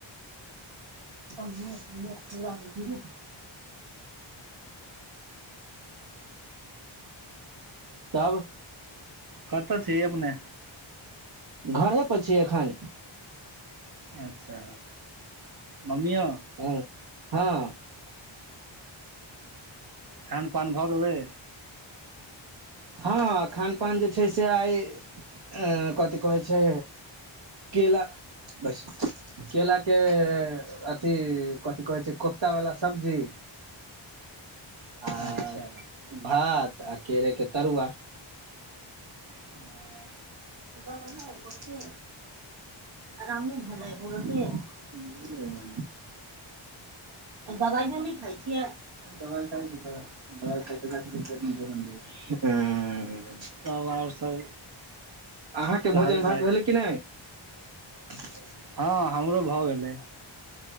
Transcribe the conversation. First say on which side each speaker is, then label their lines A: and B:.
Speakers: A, on the right; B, on the right.
A: प पूरा ब <unintelligible> तब
B: कत छी अपने
A: घरहो प छी अखन
B: अच्छा मम्मियो
A: ह हँ
B: खान पान भ गेलै
A: हँ खान पान जे छै से आय ऐं कथी कहै छै केला बैसु केलाके अथी कथि कहै छै कोफ्ता वला सब्जी आ
B: अच्छा
A: भात आ केरे के तरुआ
B: आ,
A: ग आरामे भेले से <unintelligible> <unintelligible> दबाइयो नहि खाइ छियै दबाई खाइ छै त दबाई खेते त अखनी तक पेट में जलन दिए
B: तब आओर सब
A: अहाँके
B: कहल
A: भोजन भात
B: जाय
A: भेलै कि नहि <unintelligible>
B: हँ हमरो भऽ गेलै